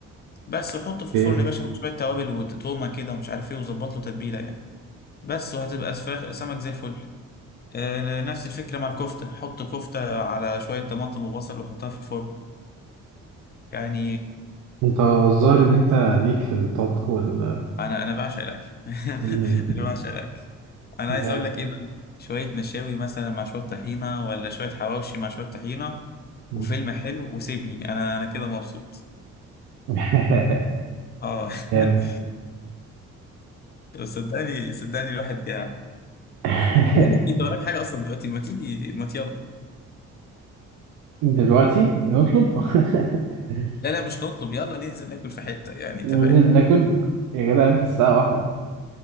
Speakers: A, on the left; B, on the right.
A: بس وحطه في الفرن
B: اوكي
A: يا باشا مع شويه توابل وتومه كده ومش عارف ايه وظبط له تتبيله يعني بس وهتبقى فراخ سمك زي الفل آه، نفس الفكره مع الكفته حط كفته على شويه طماطم وبصل وحطها في الفرن يعني
B: انت الظاهر ان انت ليك في الطبخ وال
A: انا انا بعشق الاكل
B: مم.
A: <laughs> انا بعشق الاكل انا
B: جامد
A: عايز اقول لك ايه بقى شويه مشاوي مثلا مع شويه طحينه ولا شويه حواوشي مع شويه طحينه
B: مم.
A: وفيلم حلو وسيبني انا انا كده مبسوط
B: <laughs>
A: اه
B: جامد
A: <laughs> طب صدقني صدقني الواحد جاع
B: <laughs>
A: بقول لك انت وراك حاجه اصلا دلوقتي ما تيجي ما يلا
B: دلوقتي نطلب <laughs>
A: لا لا مش نطلب يلا ننزل ناكل في حته يعني انت
B: ننزل
A: فاهم
B: ناكل يا جدع انت الساعة واحدة